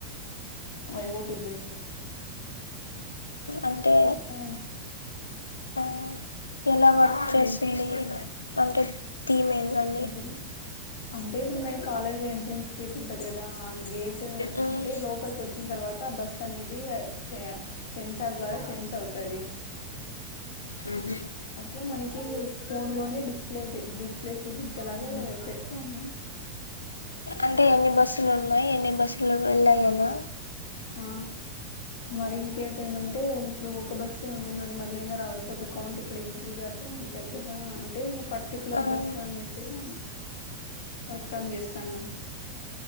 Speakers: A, on the left; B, on the left.
A: అయివోటి బసి
B: అంటే
A: చస్తా
B: ఆ ఎలా వర్క్ చేసింది అంటే థీమ్ ఏందండి
A: అదే అంటే ఇప్పుడు మేము కాలేజ్ ఎంట్రెన్స్ గేట్ ఉంటది కదా గేట్
B: మ్మ్
A: అంటే లోపలికి వచ్చిన తర్వాత బస్సు అనేది సే సెన్సార్ ద్వారా సెన్స్ అవుతది
B: ఉంహు
A: లో మనకి ఫోన్ లోనే డిస్ప్లే డిస్ప్లే చూ చూపించేలాగా పెడతాము
B: అంటే ఎన్ని బస్సులు ఉన్నాయి ఎ బస్సులో వెళ్ళాయ్
A: ఆ
B: అ నా
A: ఆ మరింకేటి ఏమన్న అంటే ఇప్పుడు ఒక బస్ ఏ ఉంటుంది అది మళ్ళీ అయినా రావచ్చు అప్పుడు కౌంట్ ఇక్కడ ఇంక్రీజ్ అట్లా ఉంటది కదా అంటే పర్టికులర్
B: ఆ
A: బస్
B: మ్మ్
A: అన్నట్టుగా వర్కాన్ చేస్తన్నమ్